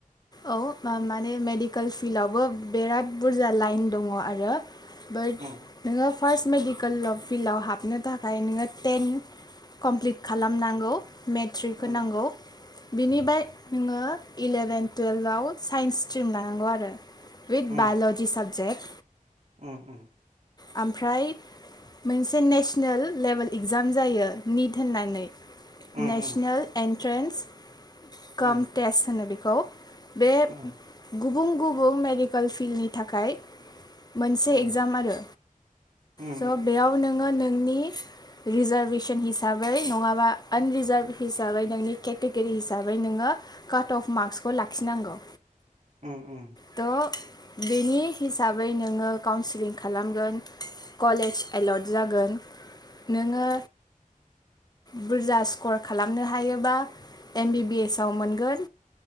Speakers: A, on the left (about 30°); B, on the right (about 55°).
A: औ मा-माने मेडिकेल फिल्डआवबो बिराद बुरजा लाइन दङ आरो बाट
B: उम
A: नोङो फार्स्ट मेडिक कोल अफ फिल्डआव हाबनो थाखाय नोङो टेन कमप्लिट खालामनांगौ। मेथ्रिक
B: उम
A: होनांगौ बिनिबाय नोङो इलेभेन टुवेल्भआव साइन्स स्ट्रिम लानांगौ आरो। हुइद
B: उम
A: बायलजि साबजेक्ट
B: उम उम
A: आमफ्राय मोनसे नेसनेल लेभेल इगजाम जायो निट होननानै
B: उम
A: नेसनेल एन ट्रेन्स कामटेस
B: उम
A: होनो बेख गौ। बे
B: उम
A: गुबुं गुबुं मेडिकेल फिल्डनि थाखाय मोनसे
B: उम
A: एगजाम आरो
B: उम उम
A: स' बेयाव नोङो नों नोंनि रिजार्भेसन हिसाबै नङाबा आनरिजार्भ हिसाबै नोंनि केटेगरि हिसाबै नोङो काट अफ मार्कसखौ लाख खिनांगौ।
B: उम उम।
A: त' बेनि हिसाबै नोङो काउन्सिलिं खालामगोन कलेज एल'ट जागोन। नोङो बुरजा स्कर खालामनो हायोबा एम बि बि एस आव मोनगोन।